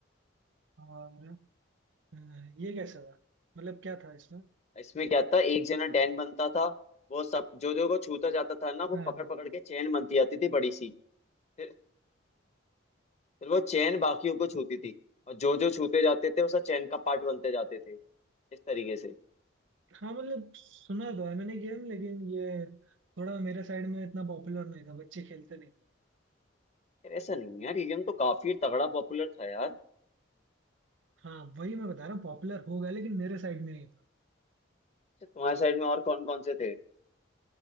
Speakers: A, on the right (about 70°); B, on the left (about 35°).
A: और अ, ये कैसा था मतलब क्या था इसमें
B: इसमें क्या था एक जना डैन बनता था वो सब जो जो को छूता जाता था ना वो
A: हाँ
B: पकड़ पकड़ के चैन बनती आती थी बड़ी सी फिर फिर वो चैन बाकियों को छूती थी और जो जो छूते जाते थे उसका चैन का पार्ट बनते जाते थे इस तरीके से
A: हाँ मतलब सुना तो है मैंने गेम लेकिन ये थोड़ा मेरे साइड में इतना पॉपुलर नहीं था बच्चे खेलते नहीं थे
B: यार ऐसा नहीं है यार ये गेम तो काफी तगड़ा पॉपुलर था यार
A: हाँ वही मैं बता रहा हूँ पॉपुलर हो गया लेकिन मेरे साइड में नहीं था
B: अच्छा, तुम्हारे साइड में और कौन कौन से थे